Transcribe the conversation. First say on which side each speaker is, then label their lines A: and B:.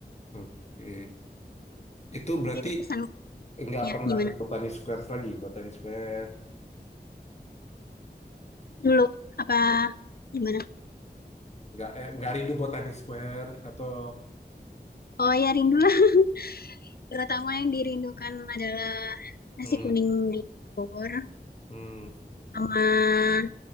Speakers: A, on the left (about 40°); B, on the left (about 65°).
A: Oke. Itu berarti
B: Jadi terkesan
A: nggak
B: ya
A: pernah
B: gimana?
A: ke Botani Square lagi, Botani Square,
B: Dulu apa gimana?
A: nggak eh, nggak rindu Botani Square atau
B: Oh ya rindulah. <laughs> Terutama yang dirindukan adalah nasi
A: Hmm,
B: kuning di Bogor
A: hmm.
B: sama